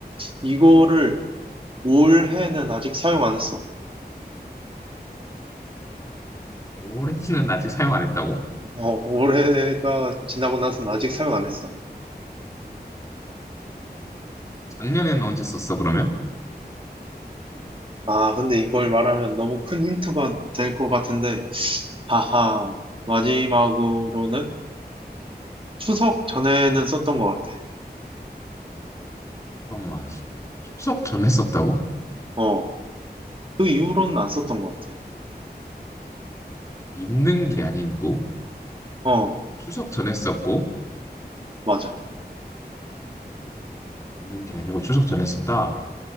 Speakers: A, on the right; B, on the left.
A: 이거를 올해는 아직 사용 안 했어.
B: 올해는 아직 사용 안 했다고?
A: 어, 올해가 지나고 나서는 아직 사용 안 했어.
B: 작년에는 언제 썼어, 그러면?
A: 아, 근데 이걸 말하면 너무 큰 힌트가 될 것 같은데, 하하, 마지막으로는 추석 전에는 썼던 것 같아.
B: 잠깐만. 추석 전에 썼다고?
A: 어, 그 이후로는 안 썼던 것
B: 입는 게 아니고,
A: 같아. 어,
B: 추석 전에 썼고,
A: 맞아.
B: 입는 게 아니고 추석 전에 썼다.